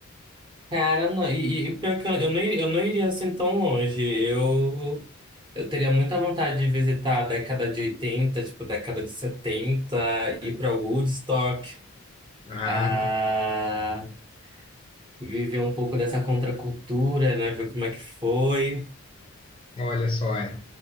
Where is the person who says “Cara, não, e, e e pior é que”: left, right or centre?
Right